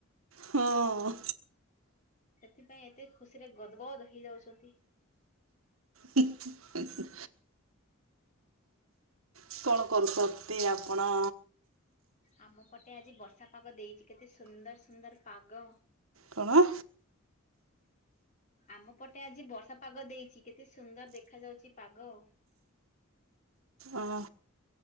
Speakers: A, on the right; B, on the left.
A: ହଁ।
B: ସେଥିପାଇଁ ଏତେ ଖୁସି ରେ ଗଦଗଦ ହେଇଯାଉଚନ୍ତି।
A: ହୁଁ ହୁଁ ହୁଁ ହୁଁ। କଣ କରୁଚତି ଆପଣ?
B: ଆମ ପଟେ ଆଜି ବର୍ଷା ପାଗ ଦେଇଚି କେତେ ସୁନ୍ଦର ସୁନ୍ଦର ପାଗ।
A: କଣ?
B: ଆମ ପଟେ ଆଜି ବର୍ଷା ପାଗ ଦେଇଚି କେତେ ସୁନ୍ଦର ଦେଖା ଯାଉଛି ପାଗ
A: ଓହୋ